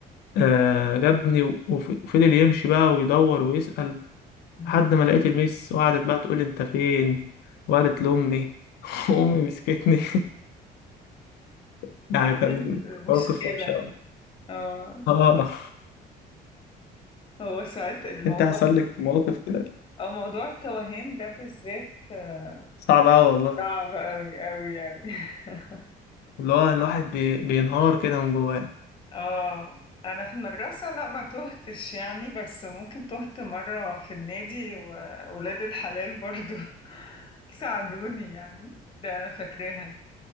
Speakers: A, on the left (about 75°); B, on the left (about 30°).
A: آه جابني و- وف- وفضل يمشي بقى ويدور ويسأل
B: مم.
A: لحد ما لقيت الميس وقعدت بقى تقول لي انت فين وقالت لامي <laughs> امي مسكتني <laughs> يعني
B: عملت
A: كان
B: مشكلة
A: موقف وحش قوي
B: اه
A: اه
B: هو ساعات
A: <laughs>
B: الموضوع
A: انت حصل لك مواقف كده
B: اه موضوع التوهان ده بالذات آه،
A: صعب قوي والله
B: صعب اوي اوي اوي <laughs>
A: اللي هو الواحد بي... بينهار كده من جواه
B: اه انا في المدرسة لا ما تهتش يعني بس ممكن تهت مرة في النادي وولاد الحلال برضو <laughs> ساعدوني يعني ده انا فاكراها